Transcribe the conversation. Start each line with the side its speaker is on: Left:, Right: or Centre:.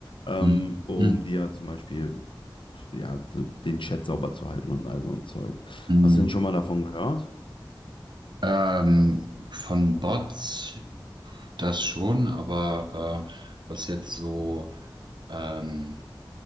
Left: ähm,
Right: Mhm.
Left: um
Right: Mhm.
Left: dir zum Beispiel ja, d- den Chat sauber zu halten und all so ein Zeug.
Right: Mhm.
Left: Hast du denn schon mal davon gehört?
Right: Ähm, von Bots das schon, aber äh, was jetzt so ähm,